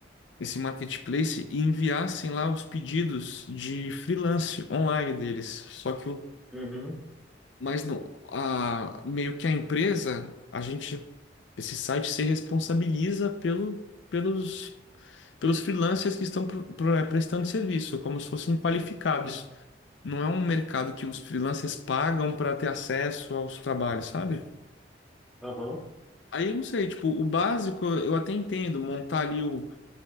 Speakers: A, on the left; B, in the centre.
A: esse marketplace e enviassem lá os pedidos de freelance online deles. Só que o,
B: Uhum.
A: mas não, a, meio que a empresa, a gente, esse site se responsabiliza pelo, pelos, pelos freelancers que estão pro- pro- eh, prestando serviço, como se fossem qualificados.
B: Uhum.
A: Não é um mercado que os freelancers pagam para ter acesso aos trabalhos, sabe?
B: Aham.
A: Aí eu não sei, tipo, o básico eu até entendo, montar ali o